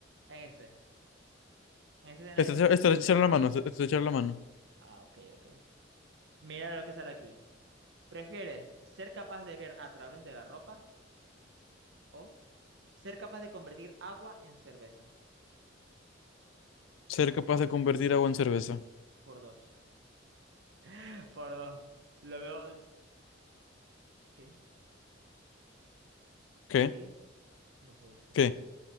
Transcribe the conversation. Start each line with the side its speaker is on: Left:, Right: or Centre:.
Right: En ese. En ese escenario
Left: Este,
Right: súper
Left: este, este,
Right: hipotético.
Left: echar la mano, est- echar la mano.
Right: Ah, ok, ok. Mira lo que sale aquí. ¿Prefieres ser capaz de ver a través de la ropa o ser capaz de convertir agua en cerveza?
Left: Ser capaz de convertir agua en cerveza.
Right: Por dos. <laughs> Por dos. Lo veo. ¿Qué?
Left: ¿Qué?
Right: ¿Qué? No puede ser.
Left: ¿Qué?